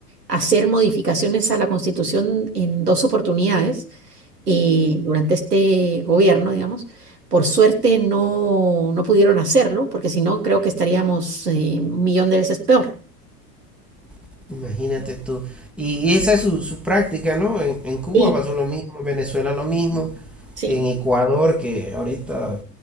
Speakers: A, on the right (about 75°); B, in the centre.
A: hacer modificaciones a la Constitución en dos oportunidades y durante este gobierno, digamos, por suerte no, no pudieron hacerlo, porque si no, creo que estaríamos eh, un millón de veces peor.
B: <laughs> imagínate tú. Y esa es su, su práctica, ¿no? En, en, Cuba
A: Sí,
B: pasó lo mismo, en Venezuela lo mismo,
A: Sí,
B: en Ecuador, que ahorita